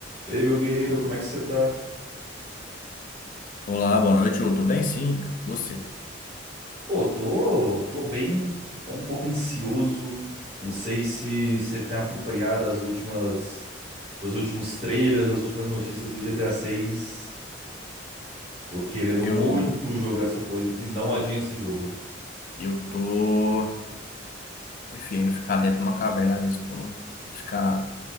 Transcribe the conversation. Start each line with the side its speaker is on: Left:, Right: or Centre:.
Right: Ei, meu guerreiro, como é que você tá?
Left: Olá, boa noite. Eu tô bem, sim, cara. E Você?
Right: Pô, tô, tô bem, até um pouco ansioso. Não sei se você tem acompanhado as últimas, os últimos trailers, as últimas notícias do GTA 6. Tô querendo
Left: Eu,
Right: muito jogar essa coisa e que não adianta esse jogo.
Left: eu tô preferindo ficar dentro de uma caverna mesmo, não não ficar